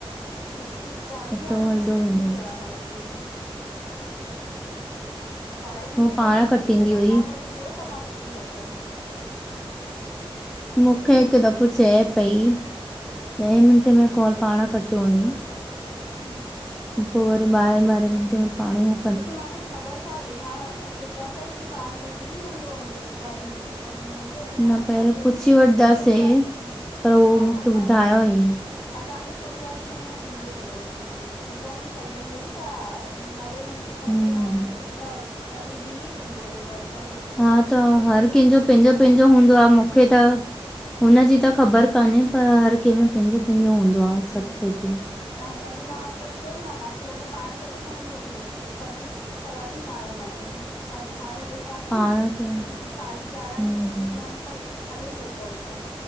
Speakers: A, on the left; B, in the centre.
A: क्योकी पौणी
B: अटो
A: यारहां
B: हलंदो
A: मिंट
B: वेंदो
A: थी
B: आ
A: विया हाणे। मां ॿारहें मिंटे
B: हू पाण
A: तई ॾिसां
B: कटींदी
A: थी अगर
B: हुई
A: न कटिजो त मां कटी वठदम।
B: मूंखे हिकु दफ़ो चए पई
A: अच्छा
B: ॾहे मिंटे में कॉल। पाण कटियो हुअईं।
A: हम। हम
B: पो वरी ॿारहें ॿारहें मिन्टे में पाणइ हो।
A: क्युकी। मूंखे ख़बर मां सोचां पई की पाण कटजी वेंदो हूंदो डहें मिंट सां ईअ ऊ। पो जीअं
B: न पहिरियों
A: असांजे
B: पुछी वठंदासे
A: फुटवर्क में,
B: पर उहो
A: हा,
B: मूंखे
A: हा, असां।
B: ॿुधायो हुयईं
A: असांजे फूटवर्क में ईअं थींदो हुयो जोकी हुतो ई सेटिंग हुई त नवे मिंट सते,
B: हम्म
A: नवें मिंट में त कटिजी ई वेंदो हुयो कॉल चाहे
B: हा त
A: ॻाल्हि
B: हर
A: पूरी
B: कंहिंजो
A: थी हुजे
B: पंहिंजो-
A: की
B: पंहिंजो
A: न
B: हूंदो आ मो मूंखे त हुनजी त ख़बर कान्हे पर हर कंहिंमें पंहिंजो पंहिंजो हूंदो आह
A: हम्म
B: सभ सेटिंग
A: त हुनजो मां पुछियो ई न माखें लॻो पाण कटजदो हूंदो कॾहिं। सवाल ई न आहियो मन में ही अॼ हाणे ॾिसां
B: पाण
A: थी। ही।
B: खे
A: साढी यारहां
B: हम्म
A: मिंट
B: हम्म
A: थी विया आहिनि पर हले थो कॉल त